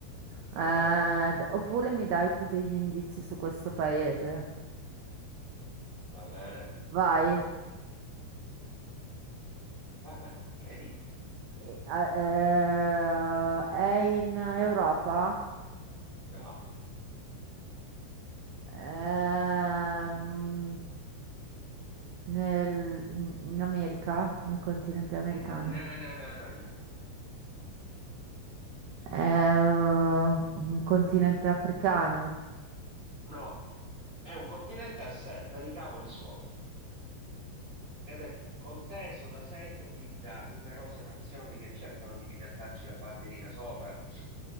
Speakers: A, on the right (about 70°); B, on the right (about 15°).
A: Eh,
B: Va bene,
A: d- oppure mi dai tu degli indizi su questo paese?
B: va bene,
A: Vai.
B: vai, vai, chiedi.
A: E- eh, è in Europa?
B: No,
A: Ehm, nel- in in America? Nel continente americano?
B: no, no, no, no, no, no, no,
A: È un continente africano.
B: No, è un continente a sé, per i cavoli suoi. Ed è conteso da secoli da numerose nazioni che cercano di piantarci la bandierina sopra.